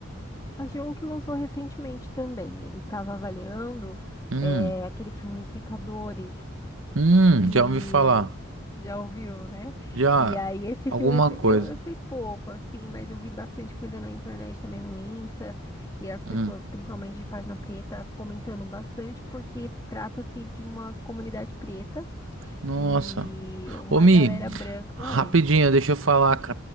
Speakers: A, on the left; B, on the right.
A: Achei um que lançou recentemente também. Ele estava avaliando
B: Hum,
A: é, aquele filme Pecadores,
B: hum,
A: E
B: já ouvi falar.
A: já ouviu, né?
B: Já,
A: E aí esse
B: alguma
A: filme,
B: coisa.
A: eu, eu sei pouco, assim, mas eu vi bastante coisa na internet também no Insta, e as pessoas,
B: Hum,
A: principalmente de página preta, comentando bastante, porque trata-se de uma comunidade preta
B: nossa.
A: e uma
B: Ô, Mi,
A: galera branca.
B: rapidinho,
A: Oi.
B: deixa eu falar.